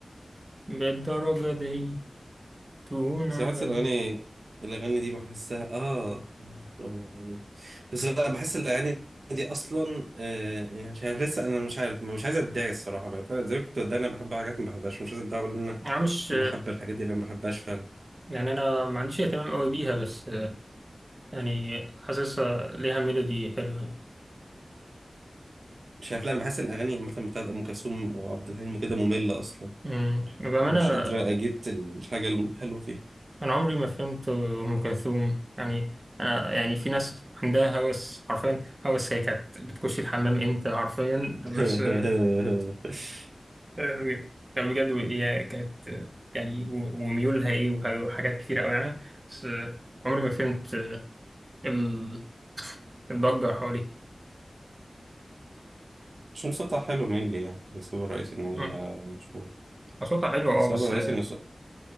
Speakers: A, on the right; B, on the right.
A: بالدرجة دي تهون
B: ساعات
A: علي
B: الأغاني الأغاني دي بحسها آه يعني بس لا بحس الأغاني دي أصلا آه يعني مش عارف لسه أنا مش عارف مش عايز أتضايق الصراحة أنا فعلا زي ما كنت بتضايق أنا بحب حاجات ما بحبهاش مش عايز أتضايق أقول إن أنا
A: أنا مش
B: محب الحاجات دي اللي أنا ما بحبهاش فعلا
A: يعني أنا ما عنديش اهتمام قوي بيها بس يعني حاسسها ليها ميلودي حلوة يعني
B: مش عارف لا أنا بحس الأغاني مثلا بتاعت أم كلثوم وعبد الحليم وكده مملة أصلا
A: أمم، بأمانة
B: يعني مش قادرة أجيب الحاجة الحلوة فيه
A: أنا عمري ما فهمت أم كلثوم يعني أنا يعني في ناس عندها هوس حرفيا هوس هي كانت بتخش الحمام إمتى حرفيا
B: <laughs>
A: بس آه، كان بجد هي كانت يعني و- وميولها ايه وه- وحاجات كتير قوي يعني بس عمري ما فهمت ال- الضجة حواليه
B: مش مصطلح حلو مين لي يعني بس هو الرئيسي إن هي
A: مم.
B: مشهورة
A: صوتها حلو اه
B: السبب
A: بس
B: الرئيسي إن صوت-